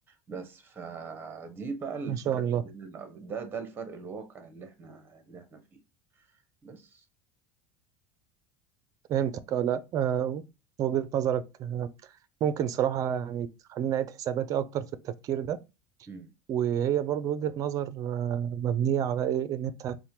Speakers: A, on the right (about 25°); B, on the right (about 45°).
A: بس فدي بقى الفرق
B: ما شاء الله
A: بين ال- ده ده الفرق الواقع اللي احنا اللي احنا فيه بس
B: فهمتك اه لا آه، وجهة نظرك ممكن صراحة يعني تخليني أعيد حساباتي أكتر في التفكير ده
A: مم.
B: وهي برضو وجهة نظر آه، مبنية على إيه إن أنت